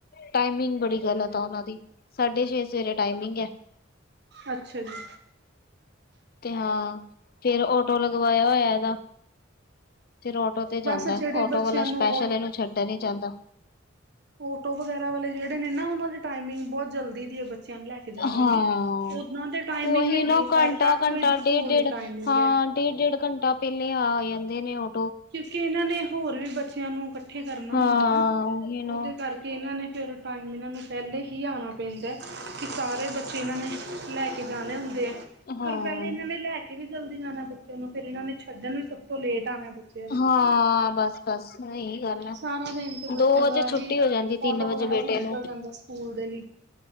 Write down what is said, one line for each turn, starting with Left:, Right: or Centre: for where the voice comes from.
Left: ਟਾਈਮਿੰਗ ਬੜੀ ਗ਼ਲਤ ਆ ਉਹ ਦੀ ਸਾਢੇ ਛੇ ਸਵੇਰੇ ਟਾਈਮਿੰਗ।
Right: ਅੱਛਾ ਜੀ।
Left: ਤੇ ਹਾਂ, ਫੇਰ ਟੋ ਲਗਵਾਇਆ ਹੋਇਆ ਇਹਦਾ। ਫਿਰ ਆੱਟੋ ਤੇ
Right: ਬਸ
Left: ਜਾਂਦਾ।
Right: ਜਿਹੜੇ
Left: ਆੱਟੋ
Right: ਬੱਚਿਆਂ
Left: ਵਾਲਾ
Right: ਨੂੰ
Left: ਸਪੈਸ਼ਲ ਇਹਨੂੰ ਛੱਡ ਨੀ ਜਾਂਦਾ।
Right: ਫੋਟੋ ਵਗੈਰਾ ਵਾਲੇ ਜਿਹੜੇ ਨੇ ਨਾ ਉਹਨਾਂ ਦੀ ਟਾਈਮਿੰਗ ਬਹੁਤ ਜਲਦੀ ਦੀ ਹੈ। ਬ ਬਚਿਆਂ ਨੂੰ ਲੈ ਕੇ ਜਾਣ
Left: ਹਾਂ
Right: ਵਾਲੀ ਓਦਨਾਂ ਦੇ ਟਾਈਮਿੰਗ
Left: ਉਹੀ
Right: ਹੈਗੀ
Left: ਨਾ
Right: ਹੈ।
Left: ਘੰਟਾ
Right: ਸਾਡੇ ਅੱਠ
Left: ਘੰਟਾ
Right: ਵਜੇ ਦੀ
Left: ਡੇਢ
Right: ਸਕੂਲ
Left: ਡੇਢ
Right: ਦੀ ਟਾਈਮਿੰਗ
Left: ਹਾਂ
Right: ਹੈ।
Left: ਡੇਢ -ਡੇਢ ਘੰਟਾ ਪਹਿਲੇ ਆ ਆ ਜਾਂਦੇ ਨੇ ਉਹ
Right: ਕਿਉਂਕਿ ਇਹਨਾਂ ਨੇ ਹੋਰ ਵੀ ਬੱਚਿਆਂ ਨੂੰ ਇਕੱਠੇ ਕਰਨਾ
Left: ਹਾਂ
Right: ਹੁੰਦਾ ਨਾ।
Left: ਉਹੀ ਨਾ
Right: ਉਹਦੇ ਕਰਕੇ ਇਹਨਾਂ ਨੇ ਫਿਰ ਟਾਈਮ ਇਹਨਾਂ ਨੂੰ ਪਹਿਲੇ ਹੀ ਆਉਣਾ ਪੈਂਦਾ। ਕਿ ਸਾਰੇ ਬੱਚੇ ਇਹਨਾਂ ਨੇ ਲੈ ਕੇ ਜਾਣੇ ਹੁੰਦੇ ਆ।
Left: ਹਾਂ
Right: ਫਿਰ ਪਹਿਲੇ ਇਹਨਾਂ ਨੇ ਲੈ ਕੇ ਵੀ ਜਲਦੀ ਜਾਣਾ ਬੱਚੇ ਨੂੰ ਫੇਿਰ ਇਹਨਾਂ ਨੇ ਛੱਡਣ ਵੀ ਸਭ ਤੋਂ ਲੇਟ ਆਉਣਾ। ਬੱਚਿਆਂ ਨੂੰ
Left: ਹਾਂ, ਬਸ -ਬੱਸ ਹੀ ਹਨਾ।
Right: ਸਾਰਾ ਦਿਨ ਤੇ ਬੱਚਿਆਂ
Left: ਦੋ ਵਜੇ
Right: ਦਾ
Left: ਛੁੱਟੀ
Right: ਇਹੀ
Left: ਹੋ ਜਾਂਦੀ, ਤਿੰਨ
Right: ਆਟੋ
Left: ਵਜੇ
Right: ਵਗੈਰਾ
Left: ਬੇਟੇ
Right: ਚ ਨਿਕਲ
Left: ਨੂੰ
Right: ਜਾਂਦਾ ਸਕੂਲ ਦੇ ਲਈ